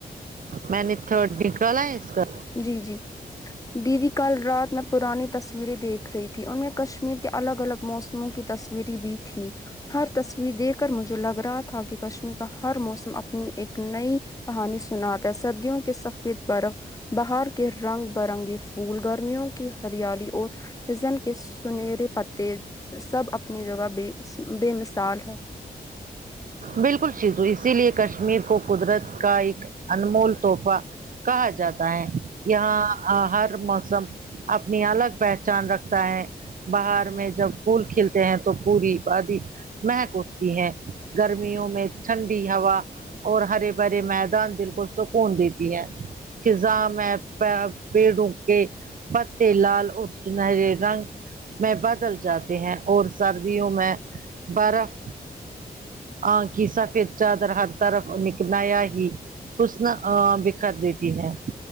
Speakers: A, on the right (about 55°); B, on the left (about 20°).
A: میں نے تھرڈ نکالا ہے اس کا
B: جی جی دیدی کل رات میں پرانی تصویریں دیکھ رہی تھی ان میں کشمیر کے الگ الگ موسموں کی تصویریں بھی تھی ہر تصویر دیکھ کر مجھے لگ رہا تھا کہ کشمیر کا ہر موسم اپنی ایک نئی کہانی سناتا ہے سردیوں کے سفید برف باہر کے رنگ برنگی پھول گرمیوں کی ہریالی اور ہزن کے سنہرے پتے سب اپنی جگہ ب بے مثال ہے
A: بالکل شیزو اسی لیے کشمیر کو قدرت کا ایک انمول تحفہ کہا جاتا ہے یہاں ا ہر موسم اپنی الگ پہچان رکھتا ہے بہار میں جب پھول کھلتے ہیں تو پوری وادی مہک اٹھتی ہے گرمیوں میں ٹھنڈی ہوا اور ہرے بھرے میدان دل کو سکون دیتی ہیں خزاں میں پ پیڑوں کے پتے لال اور سنہرے رنگ میں بدل جاتے ہیں اور سردیوں میں برف آ کی سفید چادر ہر طرف نک نیا ہی حسن ا بکھر دیتی ہے